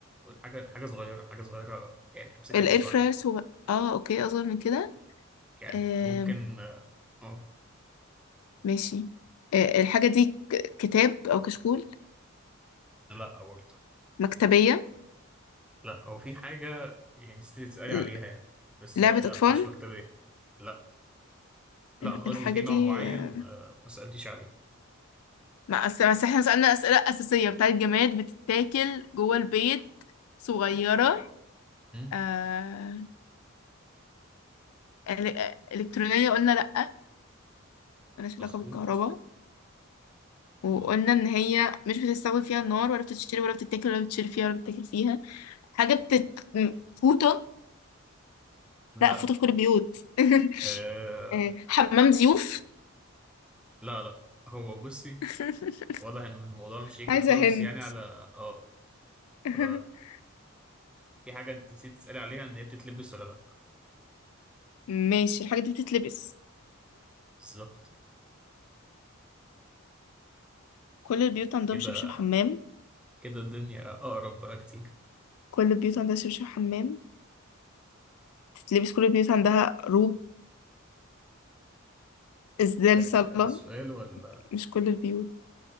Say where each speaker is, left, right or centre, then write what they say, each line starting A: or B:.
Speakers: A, in the centre; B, on the left (about 80°).
A: حاجة حاجة صغيرة حاجة صغيرة يعني أمسكها
B: الاير
A: بإيد
B: فراير
A: واحدة
B: صغير اه اوكي اصغر من كده
A: يعني
B: آه
A: ممكن آه آه،
B: ماشي آه الحاجة دي ك- كتاب او كشكول
A: لا برضه
B: مكتبية
A: لا هو في حاجة يعني نسيت تسألي
B: ل-
A: عليها يعني بس
B: لعبة
A: آه لا
B: اطفال
A: مش مكتبية لا لا
B: ال-
A: أنا قصدي
B: الحاجة
A: في
B: دي
A: نوع معين
B: آه،
A: آه ما سألتيش عليه
B: ما أس- أصل احنا سألنا اسئلة اساسية بتاعت جماد بتتاكل جوه البيت صغيرة
A: مم،
B: آه ال- آه، الكترونية قلنا لأ ملهاش
A: مظبوط
B: علاقة بالكهرباء وقلنا ان هي مش بتستخدم فيها النار ولا بتتشرب ولا بتتاكل ولا بتشرب فيها ولا بتتاكل فيها حاجة بتت م- فوطة
A: لا
B: لا فوطة في كل البيوت <laughs>
A: آه
B: آه، حمام ضيوف
A: لا لا هو بصي
B: <laughs>
A: واضح إن الموضوع مش هيجي
B: عايزة
A: خالص
B: هند
A: يعني على آه
B: <laughs>
A: ف- في حاجة أنت نسيت تسألي عليها إن هي بتتلبس ولا لا
B: ماشي الحاجة دي بتتلبس
A: بالظبط
B: كل البيوت عندهم
A: كده
B: شبشب حمام
A: كده الدنيا أقرب بقى كتير
B: كل البيوت عندها شبشب حمام بتتلبس كل البيوت عندها روب إزدال
A: لا،
B: صلاة
A: السؤال ولا
B: مش كل البيوت